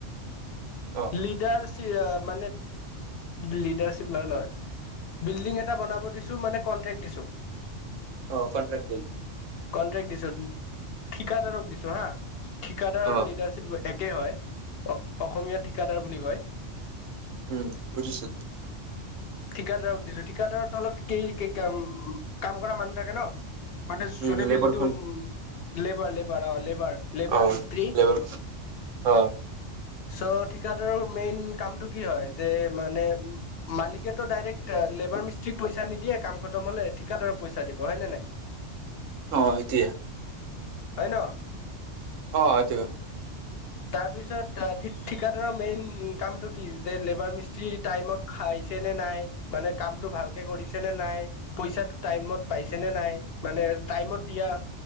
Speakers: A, on the right (about 85°); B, on the left (about 60°).
A: অ
B: লিডাৰচি মানে লিডাৰশ্বিপ মানে নহয়। বিল্ডিং এটা বনাব দিছোঁ, মানে কন্ট্ৰেক্ট দিছোঁ।
A: অ', কন্ট্ৰেক্ট দিল
B: কনট্ৰেক্ট দিছোঁ, ঠিকাদাৰক দিছোঁ হা, ঠিকাদাৰৰ
A: অ
B: লিডাৰশ্বিপ একে হয়, অসমীয়াত ঠিকাদাৰ বুলি কয়।
A: উম, বুজিছোঁ।
B: ঠিকাদাৰক দিছোঁ, ঠিকাদাৰৰ তলত কি কাম কৰা মানুহ থাকে ন। মানে
A: উম
B: চুটি বিল্ডিংটো
A: লেবাৰখন
B: লেবাৰ লেবাৰ অ', লেবাৰ। লেবাৰ,
A: অ
B: মিস্ত্ৰী,
A: লেবাৰ অ
B: চ' ঠিক কাদাৰৰ মেইন কামটো কি হয়? যে মানে মালিকেটো ডাইৰেক্ট লেবাৰ মিস্ত্ৰিক পইচা পইচা নিদিয়ে কাম খতম হ'লে, ঠিকাদাৰক পইচা দিব হয় নে নাই?
A: অ', হয় দিয়া,
B: হয় ন
A: অ', এইটো।
B: তাৰপিছত, ঠিকাদাৰৰ মেইন কামটো কি? যে লেবাৰ মিস্ত্ৰি টাইমত খাইছে নে নাই, মানে কামতটো ভালকে কৰিছে নে নাই। পইচাটো টাইমত পাইছে নে নাই? মানে টাইমত দিয়া